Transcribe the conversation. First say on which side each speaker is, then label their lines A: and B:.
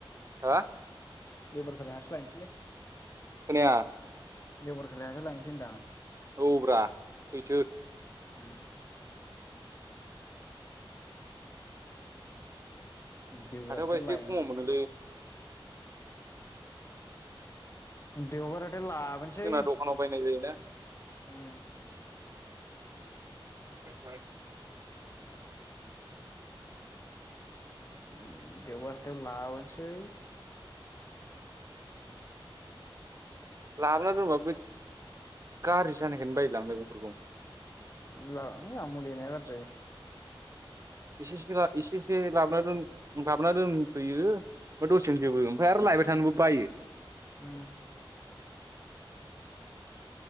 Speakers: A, on the right; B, on the left.
A: हा
B: देवबार खालि हाथायाव लायनोसैलै।
A: खोनाया?
B: देउबारखालि हाथायाव लायनोसै होनदां।
A: औ ब्रा सैथो।
B: उम देउबारावथ
A: हाथायावबा एसे
B: लायनोसै
A: खमाव मोनोलै
B: देउबाराव लाबोनोसै
A: जोंना दखानाव बायनाय जायोना
B: ओम
A: <inaudible>
B: <inaudible> देउबार <unintelligible> लाबोनोसै
A: लाबोना दोनबा बे गाज्रि जानायखायनो बायोलां मैगंफोरखौ।
B: <unintelligible> मुलि होनाया गाज्रि जायो।
A: एसे एसे एसे लाबोना लाबोना दोनफैयो ओमफ्राय दसेनो जोबो ओमफ्राय आरो लायबाय थानोबो बायो।
B: उम